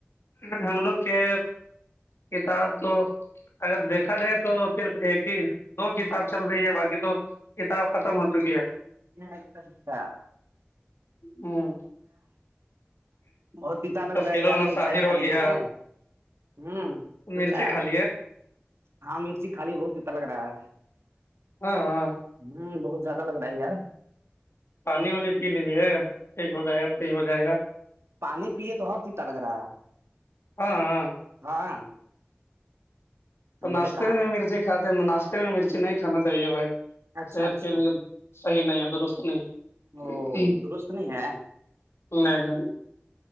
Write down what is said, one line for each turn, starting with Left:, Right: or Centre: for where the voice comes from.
Left: ہم لوگ کے کتاب تو اگر دیکھا جائے تو صرف ایک ہی دو کتاب چل رہی ہے باقی تو کتاب ختم ہو چکی ہے
Right: اچھا
Left: ہوں
Right: بہت پیتا لگ
Left: تفصیل
Right: رہا ہے یار
Left: المصادر
Right: تو چائے کھا
Left: ہو
Right: لیے
Left: گیا
Right: ہیں ہوں
Left: مرچیں
Right: اھا
Left: کھا لی ہے
Right: ہاں مرچی خالی بہت جتا لگ رہا ہے
Left: ہاں ہاں
Right: ہوں بہت زیادہ لگ رہا ہے یار
Left: پانی وانی پی لیجیے ٹھیک ہو جائے گا صحیح ہو جائے گا
Right: پانی پیے تو ہ چی لگ رہا ہے
Left: ہاں ہاں
Right: ہاں
Left: تو
Right: بولے
Left: ناشتے
Right: کہاں
Left: میں مرچی کھاتے ہیں ناشتے میں مرچی نہیں کھانا چاہیے بھائی
Right: اچھا
Left: صحت
Right: اچھا
Left: کے لیے صحی نہیں ہے درست نہیں
Right: او
Left: نہیں
Right: درست نہیں ہے
Left: نہیں